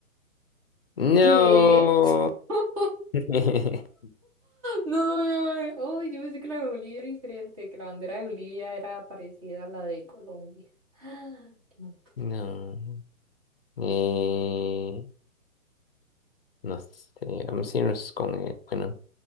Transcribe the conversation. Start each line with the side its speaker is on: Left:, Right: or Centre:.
Left: No.
Right: ¿Qué? <laughs>
Left: <laughs>
Right: No sabía. Uy, yo pensé que la de Bolivia era diferente, que la bandera de Bolivia era parecida a la de Colombia. <gasps> Qué mal.
Left: No. Eh, no sé. Vamos a irnos con, eh, bueno,